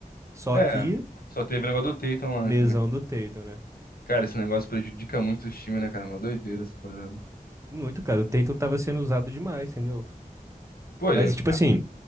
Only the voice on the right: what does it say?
Só
que,
lesão
do Tatum, né?
Muito, cara. O Tatum tava sendo usado demais, entendeu?
Mas, tipo assim,